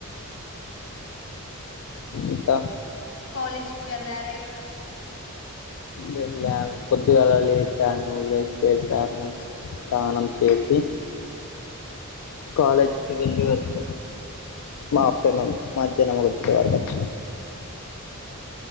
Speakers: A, on the left; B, on the left.
A: ఇంక
B: కాలేజ్కి వెళ్లారా ఈరోజు
A: వెళ్ళాను పొద్దుగాల లేచాను బ్రష్ చేసాను స్నానం చేసి కాలేజీకి వెళ్ళి వచ్చ మా ఆఫ్టర్నూన్ మధ్యాహ్నం <unintelligible> వరకొచ్చిన